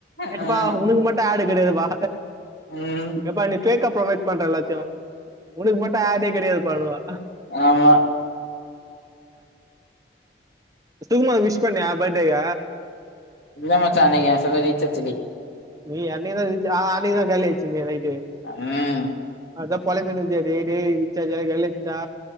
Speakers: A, on the left (about 70°); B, on the right (about 20°).
A: ம்
B: யப்பா உனுக்கு மட்டும் ஆளு கிடையாதுப்பா
A: ம்
B: எப்பா நீ ஃபேக்கப்ப்ரொ பண்ற எல்லாத்தையு உனக்கு மட்டும் அடே கிடையாது பண்ணுவா
A: ஆமா
B: சுகுமாக்கு விஷ் பண்ணியா பேட்டேல
A: இல்ல மச்சான் அன்னைக்கு என் செல்ல ரீச்சார்ச்சுல்ல
B: நீ என்னைக்கு தான் ஆ அன்னைக்கு தான் கைல வச்சிந்தியே நைட்டு
A: ம்
B: அதான் பொலம்பினருந்தியே டேய் டேய் ரிச்சார்ஜு வேற காலி ஆய்ச்சுடா